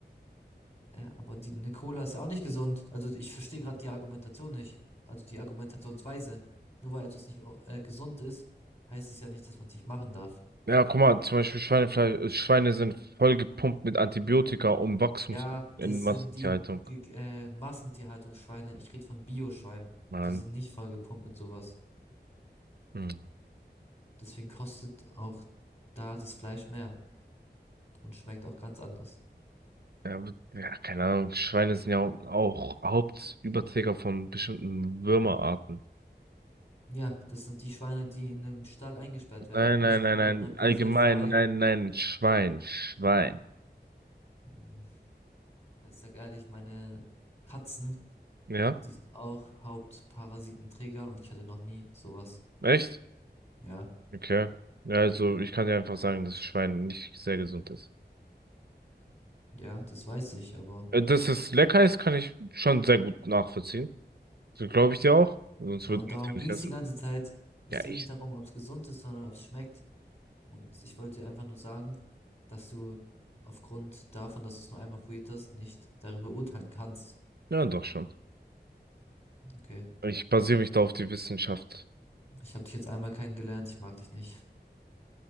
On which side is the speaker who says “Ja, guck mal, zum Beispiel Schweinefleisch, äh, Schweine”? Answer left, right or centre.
Right